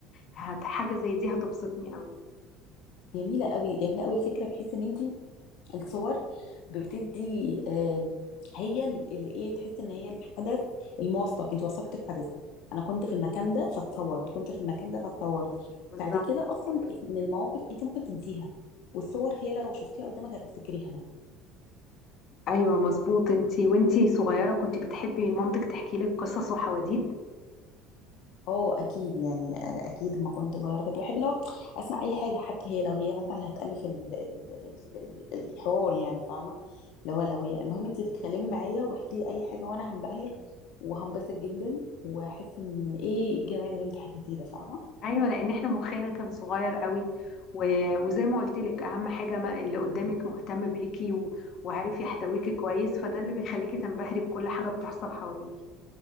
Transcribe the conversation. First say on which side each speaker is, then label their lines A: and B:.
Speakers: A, on the left; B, on the left.
A: هت حاجة زي دي هتبسطني قوي
B: جميله قوي جميله قوي الفكره بحيث ان انت الصور بتدي آه، هي اللي ايه تحس ان هي الحدث الموثق انت وثقت الحدث انا كنت في المكان ده فاتصورت كنت في المكان ده فاتصورت
A: بالظبط
B: بعد كده اصلا من المواقف انت ممكن تنسيها والصور هي لو شفتيها قدامك هتفتكريها
A: ايوه مظبوط انتي وانتي صغيره كنت بتحبي مامتك تحكي لك قصص وحواديت
B: اه اكيد يعني آه، اكيد ما كنت صغيره كنت بحب لو اسمع اي حاجه حتى هي لو هي مثلا اللي هتالف ال- ال- ال- ال- الحوار يعني فاهمه لو لو هي المهم انت تتكلمي معايا واحكي لي اي حاجه وانا هنبهر وهنبسط جدا واحس ان ايه الجمال اللي انت حكيتيه ده فاهمه
A: ايوه لان احنا مخنا كان صغير قوي و... وزي ما قلت لك اهم حاجه ما اللي قدامك مهتم بيكي و... وعارف يحتويكي كويس فده اللي بيخليكي تنبهري بكل حاجه بتحصل حواليكي